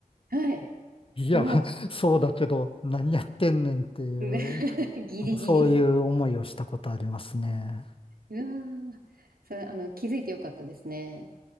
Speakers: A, on the right (about 80°); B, on the left (about 35°).
A: はい。
B: <laughs> いや、
A: うわ。
B: そうだけど、何やってんねんっていう、
A: ね <laughs> ギリギリ。
B: あの、そういう思いをしたことありますね。
A: うわー、それ、あの、気づいてよかったですね。